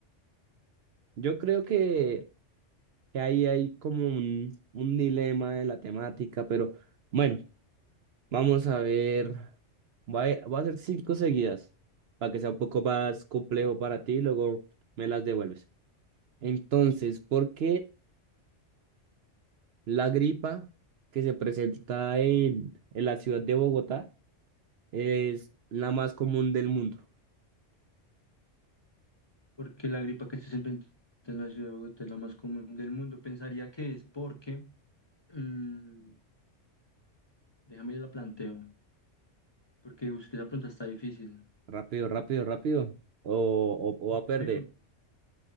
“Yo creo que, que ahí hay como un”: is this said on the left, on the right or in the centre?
Right